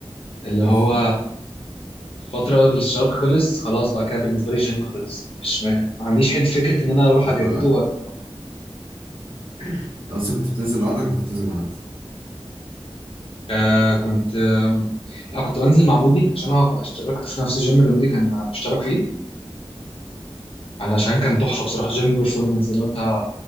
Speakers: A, on the left; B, on the right.
A: اللي
B: <laughs>
A: هو فترة الاشتراك خلص خلاص بقى كده بالنسبة لي الجيم خلص مش ما ما عنديش حد فكرة إن أنا أروح
B: هو
A: أجدده
B: انت اصلا كنت بتنزل لوحدك ولا كنت بتنزل مع حد؟
A: آه كنت آه لا كنت بنزل مع مودي عشان انا اشتركت في نفس الجيم اللي مودي كان اشترك فيه علشان كان تحفه بصراحه جيم بيرفورمانس لو انت